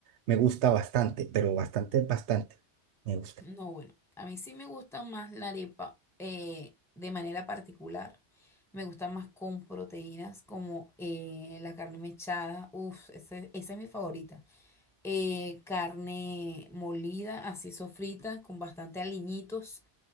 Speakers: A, on the right; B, in the centre.
A: me gusta bastante, pero bastante, bastante. Me gusta.
B: No, bueno, a mí sí me gusta más la arepa eh, de manera particular. Me gusta más con proteínas como eh, la carne mechada. Uf, ese- esa es mi favorita. Eh, carne molida, así sofrita, con bastante aliñitos.